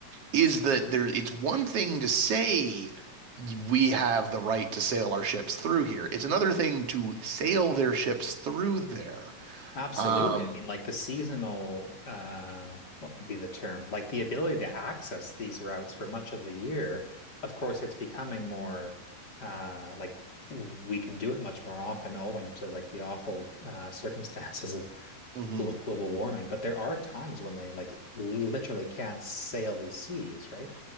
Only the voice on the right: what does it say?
is that there it's one thing to say we have the right to sail our ships through here. It's another thing to sail their ships through there.
Um,
mhm.